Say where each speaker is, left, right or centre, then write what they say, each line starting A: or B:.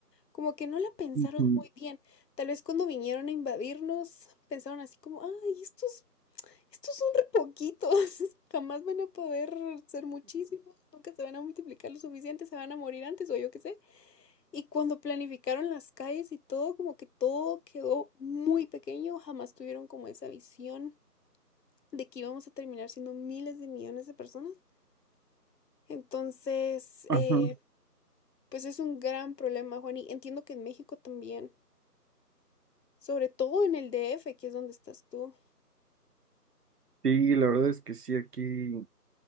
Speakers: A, on the left (about 80°); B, on the right (about 70°).
A: Como que no la pensaron
B: Ujú.
A: muy bien. Tal vez cuando vinieron a invadirnos, pensaron así como, ay, estos, estos son re poquitos, <laughs> jamás van a poder ser muchísimos, nunca se van a multiplicar lo suficiente, se van a morir antes o yo qué sé. Y cuando planificaron las calles y todo, como que todo quedó muy pequeño, jamás tuvieron como esa visión de que íbamos a terminar siendo miles de millones de personas. Entonces,
B: Ajá.
A: eh, pues es un gran problema, Juan, y entiendo que en México también. Sobre todo en el D F que es donde estás tú.
B: Sí, la verdad es que sí, aquí,